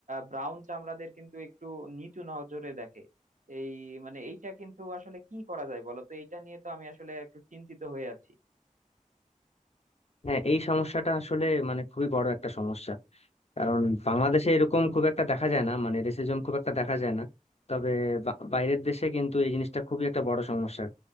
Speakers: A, on the right; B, on the left.
A: ব্রাউন চামড়াদের কিন্তু একটু নিচু নজরে দেখে এই মানে এইটা কিন্তু আসলে কি করা যায় বলো তো এইটা নিয়ে তো আমি আসলে একটু চিন্তিত হয়ে আছি
B: হ্যাঁ এই সমস্যাটা আসলে মানে খুবই বড় একটা সমস্যা কারণ বাংলাদেশে এরকম খুব একটা দেখা যায় না মানে রেসিজম খুব একটা দেখা যায় না তবে বা- বাইরের দেশে কিন্তু এই জিনিসটা খুবই একটা বড় সমস্যা